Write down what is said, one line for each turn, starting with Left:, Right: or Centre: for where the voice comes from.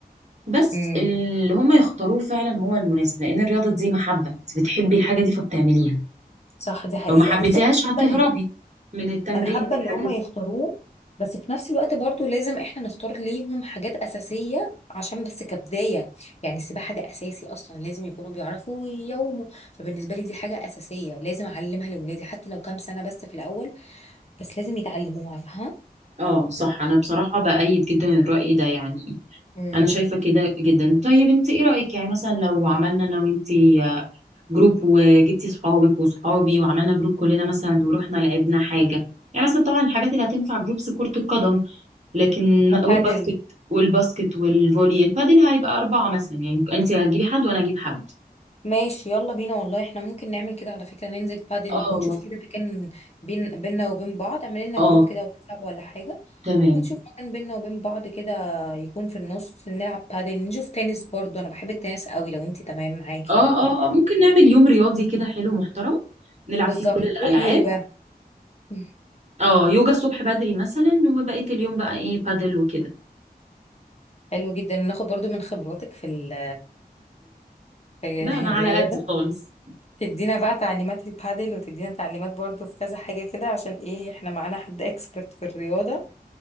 Right: بس
Left: امم
Right: اللي هم يختاروه فعلا هو المناسب لان الرياضه دي محبه انت بتحبي الحاجه دي فبتعمليها
Left: صح دي حقيقه
Right: لو ما حبيتيهاش
Left: بصي انا
Right: هتهربي
Left: بحب
Right: من التمرين
Left: انا حابه
Right: والحاجات
Left: اللي هم يختاروه
Right: دي
Left: بس في نفس الوقت برضو لازم احنا نختار ليهم حاجات اساسيه عشان بس كبدايه يعني السباحه ده اساسي اصلا لازم يكونوا بيعرفوا يومه فبالنسبه لي دي حاجه اساسيه لازم اعلمها لاولادي حتى لو كام سنه بس في الاول بس لازم يتعلموها فاهمه
Right: اه صح انا بصراحه بأيد جدا الرأي ده يعني
Left: امم
Right: انا شايفه كده جدا طيب انت ايه رايك يعني مثلا لو عملنا انا وانت جروب وجبتي صحابك وصحابي وعملنا جروب كلنا مثلا ورحنا لعبنا حاجه يعني مثلا طبعا الحاجات اللي هتنفع جروبس كره القدم لكن
Left: وبادل
Right: والباسكت والباسكت والفولي البادل هيبقى اربعه مثلا يعني انت هتجيبي حد وانا اجيب حد
Left: ماشي يلا بينا والله احنا ممكن نعمل كده على فكره ننزل بادل
Right: اه
Left: ونشوف كده مكان بين بيننا وبين بعض اعمل لنا
Right: اه
Left: جروب كده واتساب ولا حاجه
Right: تمام
Left: ونشوف مكان بينا وبين بعض كده يكون في النص نلعب بادل نشوف تنس برضو انا بحب التنس قوي لو انت تمام معاكي
Right: اه
Left: برضو
Right: اه اه ممكن نعمل يوم رياضي كده حلو محترم نلعب
Left: بالظبط
Right: فيه كل الالعاب
Left: نروح يوجا <laughs> مم.
Right: اه يوجا الصبح بدري مثلا وبقيه اليوم بقى ايه بادل وكده
Left: حلو جدا ناخد برضو من خبراتك في ال في
Right: ده انا على
Left: <laughs> الرياضة
Right: قد خالص
Left: تدينا بقى تعليمات في البادل وتدينا تعليمات برضو في كذا حاجة كده عشان ايه احنا معانا حد اكسبرت في الرياضة